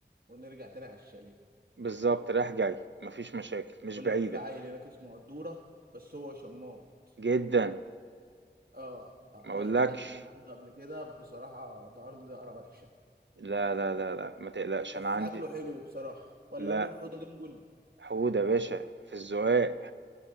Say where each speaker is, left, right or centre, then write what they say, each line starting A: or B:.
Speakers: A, on the right; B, on the right.
A: ونرجع تاني على الشاليه
B: بالظبط رايح جاي مفيش مشاكل مش
A: بقول
B: بعيدة
A: لك في عيل هناك اسمه قدوره بس هو شماط
B: جدا
A: اه آه،
B: ما
A: رحت
B: اقولكش
A: كلت من عنده قبل كده بصراحة دقرني دقرة وحشة
B: لا لا لا لا ما تقلقش
A: بس
B: انا عندي
A: أكله حلو بصراحة ولا
B: لا
A: نروح حوضة دونجل
B: حودة يا باشا في الزقاق